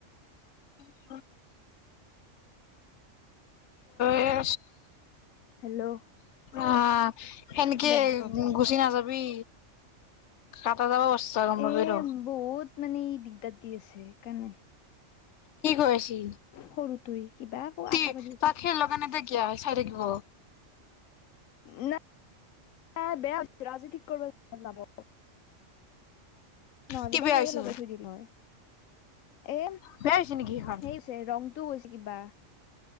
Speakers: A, on the left; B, on the left.
A: উ <unintelligible> এএ
B: হেল্ল' অ
A: আহ সেনেকে
B: দে ক
A: গুচি নাযাবি কাটা যাব গম পাবি
B: এ
A: ৰ
B: বহুত মানে ই দিগদাৰ দি আছে সেইকাৰণে
A: কি কৰিছে
B: সৰুটোৱে কিবা আকৌ আটা
A: তে
B: পাৰি
A: তাত হে লগা নাই তই কিয়া চাই থাকিব
B: উ ন বেয়া ৰাজনীতি কৰিব যাব নহ'লে
A: কি
B: বা
A: বেয়া
B: সেয়ে
A: হৈছে
B: লগাই থৈ দিলো হয় এ
A: বেয়া হৈছে নেকি সেইখন
B: সেই হৈছে ৰংটোও গৈছে কিবা